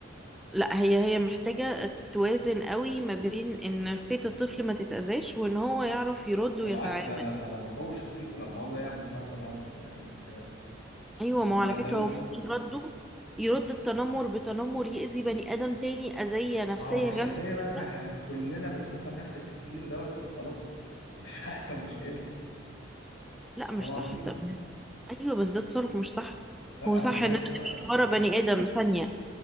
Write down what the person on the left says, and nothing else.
طب
بالعكس ده أنا ده أنا بقوي شخصيته لما أقول له يا عم تهزر معاهم أنت كمان إيه المشكلة
هم
قتلوك
ما هو ما فيش
أذية بقى ما
هيبقى كلنا بنفكر نفس التفكير دوت يبقى خلاص مش <laughs> هيحصل مشكلة
فاهم
قصدي؟
لا
انا شايف
آه،
مش...